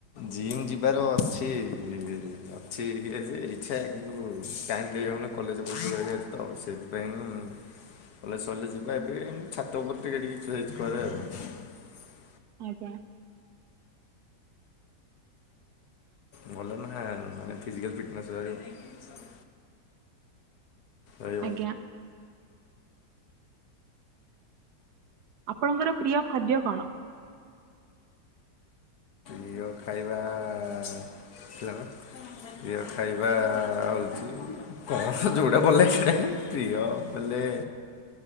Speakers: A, on the left; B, on the right.
A: ଜିମ୍ ଯିବାର ଅଛି।
B: <inaudible>
A: ଅଛି ଯେ ଇଚ୍ଛା କିନ୍ତୁ ଟାଇମ ଦେଇହୋଉନ କଲେଜ <unintelligible> ରହିଯାଉଛି ତ ସେଇଥିପାଇଁ କଲେଜ୍ ସରିଲେ ଯିବା ଏବେ ଛାତ ଉପରେ ଟିକେ ଟିକେ ଏକ୍ସରସାଇଜ କରେ ଆଉ।
B: ଆଜ୍ଞା।
A: ଗଲେ ମାନେ ମାନେ ଫିଜିକାଲ୍ ଫିଟନେସ୍ ରହିବ। ରହିବ
B: ଆଜ୍ଞା। ଆପଣଙ୍କର ପ୍ରିୟ ଖାଦ୍ୟ କଣ?
A: ପ୍ରିୟ ଖାଇବା ଥିଲା ନା ପ୍ରିୟ ଖାଇବା ହୋଉଛି। କଣ ଯୋଉଟା ଭଲ ଲାଗେ ସେଟା ଖାଇବି ପ୍ରିୟ ବୋଲେ